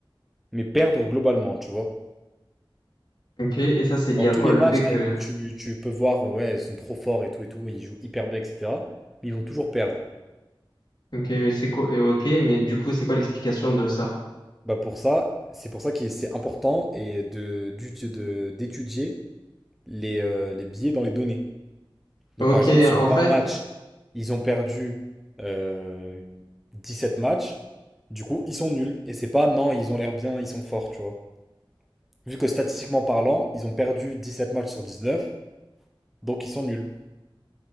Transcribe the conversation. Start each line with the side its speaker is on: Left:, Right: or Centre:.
Centre: mais perdre globalement, tu vois.
Left: ok. Et ça, c'est lié
Centre: Dans
Left: à
Centre: tous
Left: quoi?
Centre: les
Left: Le
Centre: matchs,
Left: fait que...
Centre: ah, que tu, tu peux voir, euh, ouais, ils sont trop forts et tout et tout, ils jouent hyper bien, etc. Mais ils vont toujours perdre.
Left: Ok, mais c'est quoi? et Ok, mais du coup, c'est quoi l'explication de ça?
Centre: Bah pour ça, c'est pour ça que c'est important et de, d'ut- de- d'étudier les, euh, les biais dans les données. Donc
Left: Ok,
Centre: par exemple, sur
Left: en
Centre: 20
Left: fait...
Centre: matchs, ils ont perdu euh, sept matchs, du coup, ils sont nuls. Et c'est pas, non, ils ont l'air bien, ils sont forts, tu vois. Vu que statistiquement parlant, ils ont perdu 17 matchs sur 19, donc ils sont nuls.